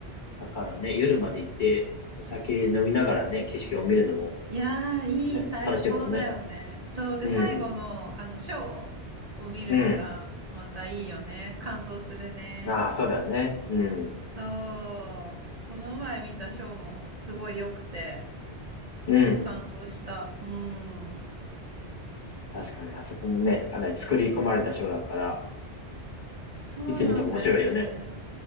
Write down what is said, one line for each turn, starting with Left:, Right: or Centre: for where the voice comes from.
Left: だからね、夜まで行って、お酒飲みながらね、景色を見るのも
Right: いやー、いい、
Left: ね、
Right: 最高だよね。
Left: 楽しいもんね。
Right: そう。で、
Left: うん。
Right: 最後の、あの、ショーを見るのが、
Left: うん。
Right: またいいよね。感動するね。
Left: ああ、そうだよね。うん。
Right: そう。この前見たショーも、すごい良くて、
Left: うん。
Right: 感動した。うん。
Left: 確かに、あそこもね、かなり作り込まれたショーだから、
Right: そうなんだよね。
Left: いつ見ても面白いよね。